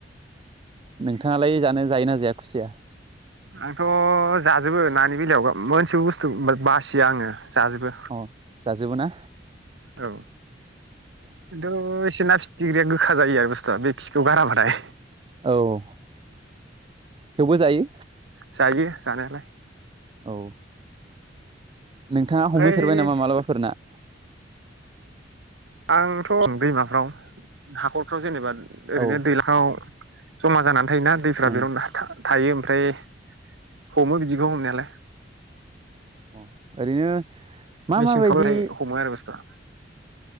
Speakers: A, on the right (about 30°); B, on the right (about 75°).
A: नोंथाङालाय जानो जायोना जाया खुसिया?
B: आंथ जाजोबो नानि बेलायावबा मोनसेबो बुस्थु बा- बासिया आङो जाजोबो
A: अ जाजोबोना?
B: औ खिन्थु एसे ना फिथिख्रिया गोखा जायो आरो बुस्थुआ बे खिखौ गाराबाथाय
A: औ थेवबो जायो
B: जायो जानायालाय
A: औ नोंथाङा
B: ओमफ्राय
A: हमहैफेरबाय नामा मालाबाफोर ना?
B: आंथ दैमाफ्राव हाखरफ्राव जेनेबा ओरैनो
A: औ ओं
B: दैलाङाव जमा जानानै थायोना
A: अ
B: <unintelligible> थायो ओमफ्राय हमो बिदिखौ हमनायालाय।
A: अ ओरैनो मा
B: मेसेंफ्रावाय
A: माबायदि
B: हमो आरो बुस्थुआ